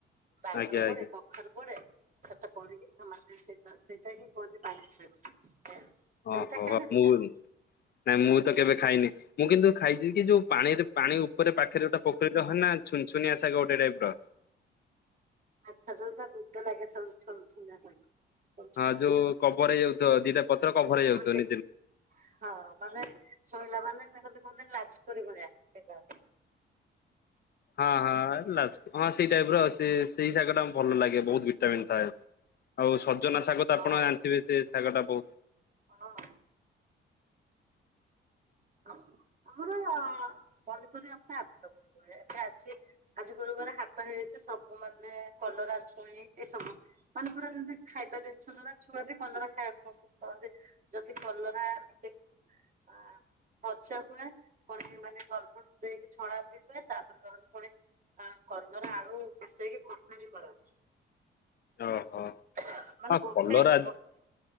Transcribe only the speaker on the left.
ଆଜ୍ଞା ଆଜ୍ଞା
ଓହୋ
ମୁଁ ନାଇଁ ମୁଁ ତ କେବେ ଖାଇନି। ମୁଁ କିନ୍ତୁ ଖାଇଛି କି ଯୋଉ ପାଣିରେ ପାଣି ଉପରେ ପାଖରେ ଗୋଟେ ପୋଖରୀରେ ହ ନା ଛୁନ୍ ଛୁନିଆ ଶାଗ ଗୋଟେ ଟାଇପ୍ ର।
ହଁ ଯୋଉ
କଭର ହେଇଯାଉଥିବ। ଦିଇଟା ପତ୍ର କଭର ହେଇଯାଉଥିବ
ନିଜେ
ହଁ ହଁ। ହଁ ସେଇ ଟାଇପ୍ ର ଆଉ ସେ ସେଇ ଶାଗଟା। ଭଲ ଲାଗେ ବହୁତ ଭିଟାମିନ ଥାଏ ଆଉ ସଜନା ଶାଗ ତ
ଆପଣ ଜାଣିଥିବେ ସେ ଶାଗ ଟା ବହୁତ
ଓହୋ
ହଁ
କଲରା